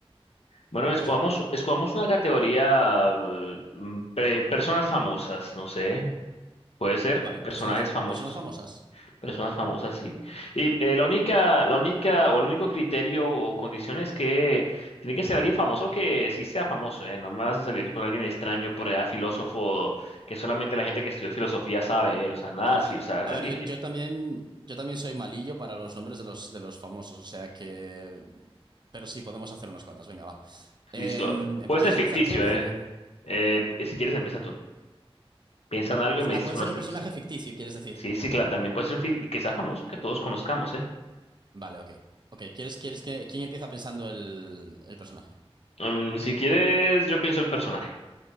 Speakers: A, on the left (about 80°); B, on the right (about 45°).
A: Bueno, escogamos,
B: No sé.
A: escogamos una categoría, eh, mm, pre- personas famosas, no sé, puede ser,
B: Vale,
A: personajes
B: personas,
A: famosos,
B: personas famosas.
A: personas famosas, sí. Y eh, la única, la única, o el único criterio o condición es que tiene que ser alguien famoso que sí sea famoso, ¿eh? No me vas a salir con alguien extraño por allá, filósofo, que solamente la gente que estudió filosofía sabe, ¿eh? O sea, nada
B: Ya.
A: así, o sea,
B: A
A: alguien
B: ver, yo,
A: que,
B: yo también, yo también soy malillo para los nombres de los, de los famosos, o sea que... Pero sí, podemos hacer unas cuantas, venga, va. Em,
A: listo,
B: em,
A: puede
B: ¿quieres
A: ser ficticio,
B: empezar tú o empiezo
A: ¿eh?
B: yo?
A: Eh, si quieres empieza tú, piensa en algo y me
B: Ah,
A: dices
B: puede
A: cuando
B: ser
A: estés
B: un personaje
A: listo.
B: ficticio, quieres decir.
A: Sí, sí, claro, también puede ser un fi- que sea famoso que todos conozcamos, ¿eh?
B: Vale, ok. Ok, ¿quieres, quieres que... ¿Quién empieza pensando el, el personaje?
A: Mm, si quieres, yo pienso el personaje.